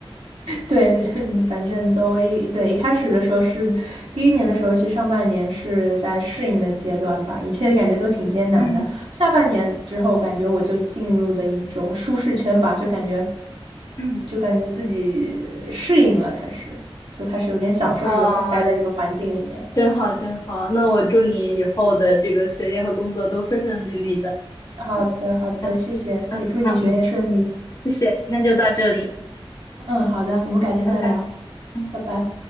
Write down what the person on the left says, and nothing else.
<laughs> 嗯
嗯，
啊，
真好真好。那我祝你以后的这个学业和工作都顺顺利利的。
嗯
啊
嗯，
好，嗯谢谢，今天就到这里，
拜拜。嗯。